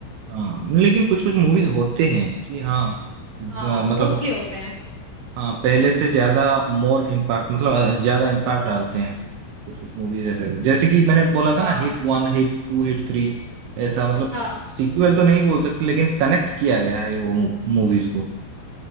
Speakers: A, on the right; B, on the left.
A: हाँ लेकिन कुछ कुछ मूवीज होते हैं कि हाँ ब-
B: हाँ मोस्टली
A: मतलब
B: होते हैं
A: हाँ पहले से ज्यादा मोर इम्पैक्ट मतलब ज्यादा इम्पैक्ट डालते हैं कुछ कुछ मूवीज ऐसे जैसे कि मैंने बोला
B: हाँ
A: था ना hit one hit two hit three ऐसा मतलब
B: हाँ
A: सीक्वल तो नहीं बोल सकते लेकिन कनेक्ट किया गया है वो मूवीज को